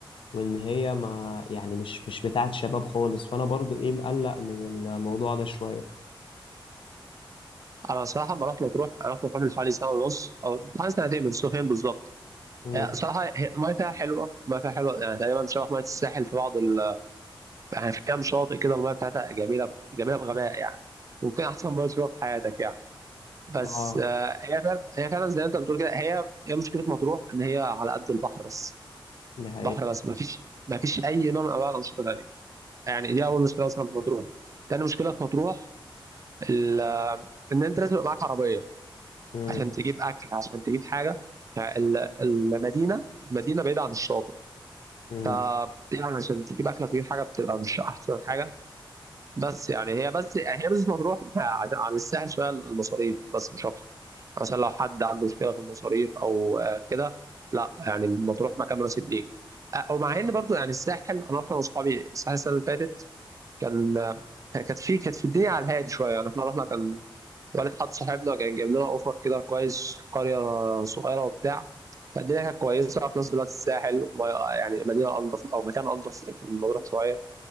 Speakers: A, on the left (about 70°); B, on the right (about 35°).
A: وان هي ما يعني مش مش بتاعه شباب خالص فانا برضو ايه مقلق من الموضوع ده شويه
B: انا صراحه ما رحت مطروح انا رحت مطروح من حوالي سنه ونص او حوالي سنتين من سنتين بالظبط
A: امم
B: هي صراحه هي الميه فيها حلوه الميه فيها حلوه يعني تقريبا شبه ميه الساحل في بعض ال... يعني في كام شاطئ كده الميه بتاعتها جميله جميله بغباء يعني ممكن احسن ميه تشوفها في حياتك يعني بس
A: اه
B: آه، هي فعلا هي فعلا زي ما انت بتقول كده هي هي مشكله مطروح ان هي على قد البحر بس
A: دي حقيقه
B: بحر بس ما فيش ما فيش اي نوع من انواع الانشطه تانيه يعني دي اول مشكله اصلا في مطروح تاني مشكله في مطروح ال... ان انت لازم يبقى معاك عربيه
A: امم
B: عشان تجيب اكل عشان تجيب حاجه فالمدينه مدينه بعيده عن الشاطئ
A: امم
B: ف يعني عشان تجيب اكل تجيب حاجه بتبقى مش احسن حاجه بس يعني هي بس يعني هي بس مطروح <laughs> عن عن الساحل شويه المصاريف بس مش اكتر يعني مثلا لو حد عنده مشكله في المصاريف او آه، كده لا يعني مطروح مكان مناسب ليه آه، ومع ان برضو يعني الساحل انا رحت انا واصحابي الساحل السنه اللي فاتت كان كانت في كانت في الدنيا على الهادي شويه يعني احنا رحنا كان والد حد صاحبنا كان جايب لنا اوفر كده كويس في قريه صغيره وبتاع فالدنيا كانت كويسه وفي نفس الوقت الساحل ما- يعني مدينه انضف او مكان انضف من مطروح شويه